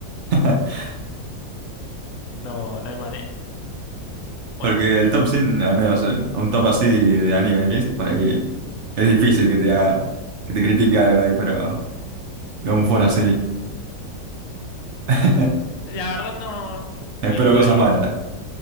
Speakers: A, on the right; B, on the left.
A: <laughs>
B: No, no hay manera. Bueno,
A: Porque el top 100, al menos eh, un top así de anime list, por ahí es difícil que te haga, que te critique algo ahí, pero de un foro así. <laughs>
B: la verdad no,
A: Espero
B: viendo
A: cosas
B: el
A: malas.